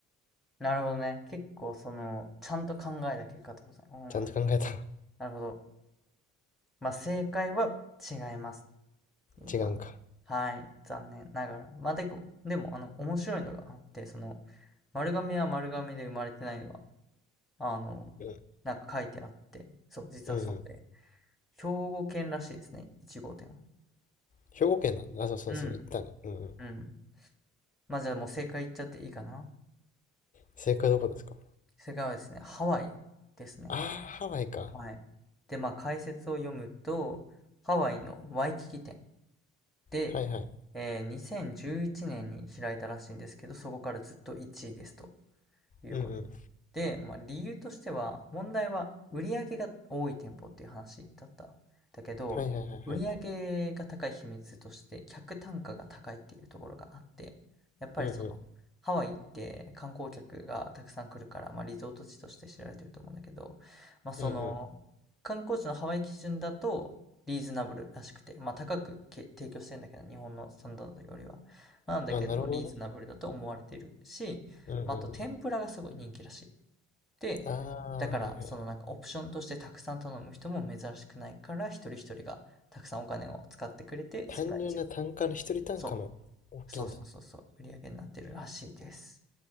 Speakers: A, in the centre; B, on the left.
A: なるほどね。結構その、ちゃんと考えた結果ってことですね。うん、
B: ちゃんと考えた
A: なるほど。なるほど。まあ正解は違います。今。
B: <laughs> 違うんか。
A: はい。残念ながら。まあでも、でも、あの、面白いのがあって、その、丸亀は丸亀で生まれてないのは、あの、
B: うん。
A: なんか書いてあって、そう、実はそうで、
B: うんうん。
A: 兵庫県らしいですね。一号店は。
B: 兵庫県なんだ。あ、そうそうそう。
A: うん。
B: 行ったね。うんうん。
A: うん。まあ、じゃあもう正解言っちゃっていいかな。
B: 正解はどこですか
A: 正解はですね、ハワイですね。
B: ああー、ハワイか。
A: はい。で、まあ解説を読むと、ハワイのワイキキ店で、
B: はいはい。
A: えー2011年に開いたらしいんですけど、そこからずっと1位ですと。いうこと。
B: うんうん。
A: で、まあ、理由としては、問題は売上が多い店舗っていう話だった。だけど、
B: はいはいはいはい。
A: 売り上上が高い秘密として、客単価が高いっていうところがあって、やっぱりその、
B: うんうん。
A: ハワイって観光客がたくさん来るから、まあ、リゾート地として知られてると思うんだけど、まあ、その、
B: うんう
A: 観光地のハワイ基準だと、リーズナブルらしくて、まあ、高くけ提供してんだけど、日本のスタンダードよりは。まあなんだけど、
B: ん。あ、なるほどね。
A: リーズナブルだと思われているし、
B: うんうんうん。
A: まあ、あと天ぷらがすごい人気らしい。で、
B: あ
A: だからそのなんかオプションとしてたくさん頼む人も珍しくないから一人一人がたくさんお金を使ってくれて世界一の、
B: あ、はいはい。単純な単価の一人単価も大きいんだ。
A: そう、そうそうそうそう、売り上げになってるらしいです。